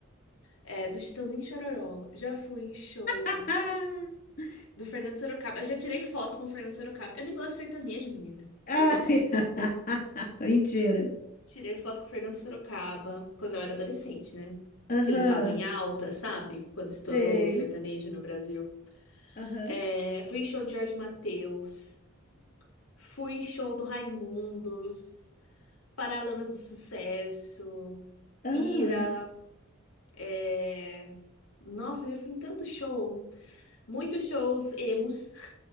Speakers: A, on the left (about 80°); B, on the left (about 45°).
A: é, do Chitãozinho e Chororó, já fui em show
B: <laughs>
A: do Fernando Sorocaba. Eu já tirei foto com o Fernando Sorocaba. Eu nem gosto de sertanejo, menina.
B: Ai.
A: Nem gosto.
B: <laughs> Mentira.
A: Tirei foto com o Fernando Sorocaba quando eu era adolescente, né?
B: Aham,
A: Que eles estavam em alta, sabe? Quando estourou
B: sei.
A: o sertanejo no Brasil.
B: Aham.
A: É, fui em show de Jorge Mateus, fui em show do Raimundos. Paralamas do Sucesso,
B: Ah,
A: Ira,
B: ah.
A: é... Nossa, eu já fui em tanto show. Muitos shows emos,